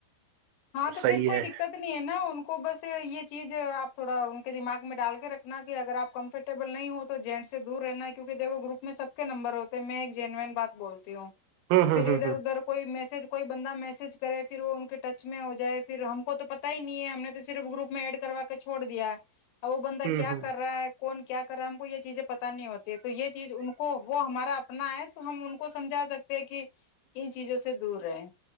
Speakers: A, on the left (about 75°); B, on the right (about 90°).
A: ہاں تو
B: صحیح
A: پھر کوئی
B: ہے
A: دقت نہیں ہے نا ان کو بس یہ چیز آپ تھوڑا دماغ میں ڈال کے رکھنا اگر آپ کمفرٹیبل نہیں ہو تو جین سے دور رہنا ہے کیوںک دیکھو گروپ میں سب کے نمبر ہوتے میں ایک جینوین بات بولتی ہوں
B: ہوں ہوں
A: پھر
B: ہوں
A: ادھر ادھر کوئی میسج کوئی بندہ میسج کرے پھر وہ ان کے ٹچ میں ہو جائے پھر ہم کو تو پتا ہی نہیں ہے ہم نے تو صرف گروپ میں ایڈ کروا کے چھوڑ دیا اب وہ بندہ
B: ہوں
A: کیا
B: ہوں ہوں
A: کر رہا ہے کون کیا کر رہا ہے ہم کو یہ چیزیں پتہ نہیں ہوتی ہے تو یہ چیز ان کو وہ ہمارا کرنا ہے تو ہم ان کو سمجھا سکتے ہیں کہ <unintelligible> ان چیزوں سے دور رہے